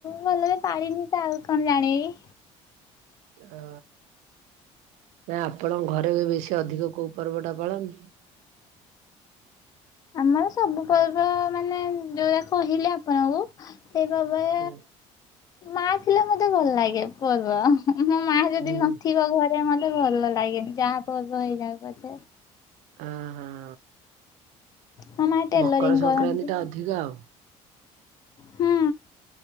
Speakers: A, on the left; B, on the right.
A: ଭଲ ପାଳିିନି ତ ଆଉ କଣ ଜାଣିବି।
B: ଓ ନା ଆପଣଙ୍କ ଘରେ ବି ବେଶୀ ଅଧିକ କୋଉ ପର୍ବ ଟା ପାଳନ।
A: ଆମର ସବୁ ପର୍ବ ମାନେ ଯୋଉରା କହିଲେ ଆପଣଙ୍କୁ ସେଇ ପର୍ବରେ
B: ହୁଁ।
A: ମା ଥିଲେ ମତେ ଭଲ ଲାଗେ ପର୍ବ ହୁ ହୁମ୍ ମୋ ମା ଯଦି
B: ହୁଁ
A: ନଥିବ ଘରେ ସେ ମତେ ଭଲ ଲାଗେନି ଯାହା ପର୍ବ ହେଇଯାଉ ପଛେ।
B: ଆଁ ହଁ।
A: ମୋ ମା ଟେଲରିଂ
B: ମକର ସଂକ୍ରାନ୍ତି
A: କରନ୍ତି
B: ଟା ଅଧିକା ଆଉ।
A: ହୁଁ